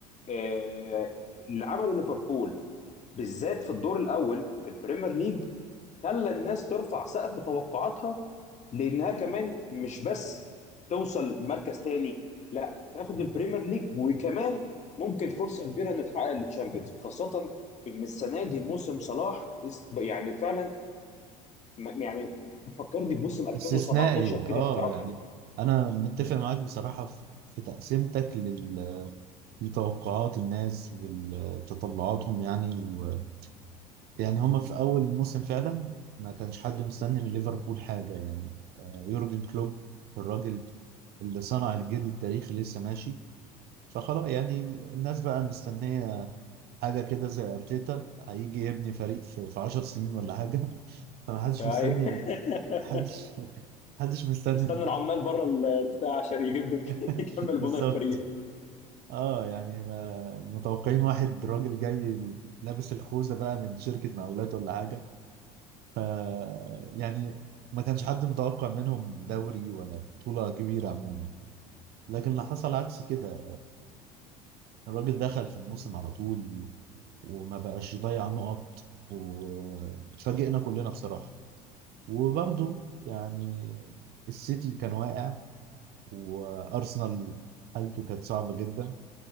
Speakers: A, on the left (about 35°); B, on the right (about 50°).
A: آه، اللي عمله ليفربول بالذات في الدور الاول في البريمير ليج خلى الناس ترفع سقف توقعاتها لانها كمان مش بس توصل مركز تاني لا تاخد البريمير ليج وكمان ممكن فرصه كبيره ان تحقق التشامبيونز خاصه ان السنه دي موسم صلاح است- يعني فعلا م- يعني فكرني بموسم 2017
B: استثنائي
A: كده
B: اه
A: بتاعه مع
B: يعني انا متفق معاك بصراحة في في تقسيمتك لل لتوقعات الناس وتطلعاتهم يعني و... يعني هما في اول موسم فعلا ما كانش حد مستني من ليفربول حاجة يعني آه، يورجن كلوب الراجل اللي صنع الجيل التاريخي لسه ماشي فخلاص يعني الناس بقى مستنية حاجة كده زي ارتيتا هيجي يبني فريق في في 10 سنين ولا حاجة <laughs> فمحدش
A: أيوة.
B: مستني
A: <laughs>
B: محدش محدش مستني
A: مستني العمال بره ال- البتاع عشان يجدد
B: <laughs>
A: <laughs> يكمل
B: بالظبط
A: بناء الفريق
B: اه يعني ما متوقعين واحد راجل جاي لابس الخوذه بقى من شركه مقاولات ولا حاجه ف يعني ما كانش حد متوقع منهم دوري ولا بطوله كبيره عموما لكن اللي حصل عكس كده الراجل دخل في الموسم على طول و- وما بقاش يضيع نقط واتفاجئنا كلنا بصراحه وبرضه يعني السيتي كان واقع وارسنال حالته كانت صعبه جدا